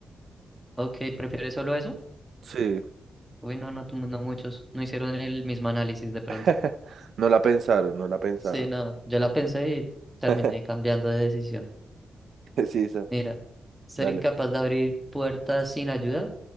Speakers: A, in the centre; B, on the right.
A: Ok, ¿prefieres solo eso?
B: sí.
A: Uy, no, no, no muchos. No hicieron el mismo análisis de pronto.
B: <laughs> No la pensaron, no la pensaron.
A: Sí, no, yo la pensé y terminé
B: <laughs>
A: cambiando de decisión.
B: Sí, esa,
A: Mira, ser
B: dale.
A: incapaz de abrir puertas sin ayuda